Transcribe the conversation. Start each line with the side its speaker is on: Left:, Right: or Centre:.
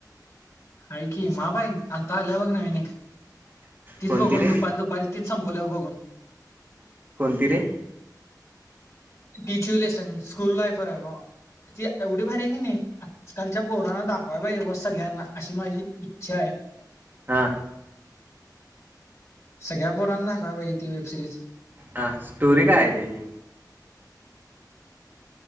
Left: हाय की मा पाय आता आल्या बघ ना नवीन एक तीच
Right: कोणती
Left: बघून
Right: रे
Left: दुपारी दुपारी तीचं संपल्याव बघून
Right: कोणतीे रे?
Left: टीच यु लेसन लाईफ वर आहे भावा ती एवढी भारी आहे की नाही आजकालच्या पोरांना दाखवा पाहिजे बुआ सगळ्यांना अशी माझी इच्छा आहे.
Right: हा
Left: सगळ्या पोरांना दाखवाय पाहिजे ती वेब सिरीज
Right: ह स्टोरी काय हाय त्याजी